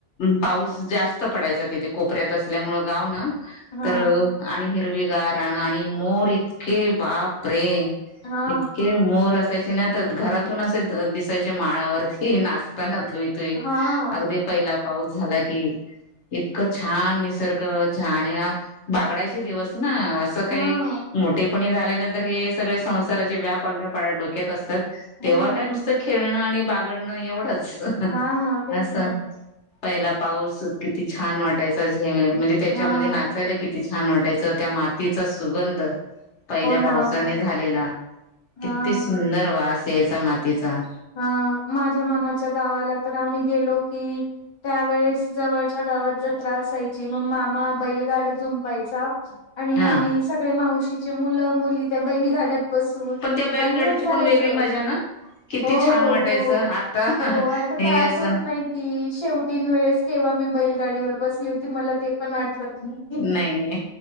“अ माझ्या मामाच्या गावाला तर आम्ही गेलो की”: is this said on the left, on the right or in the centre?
Left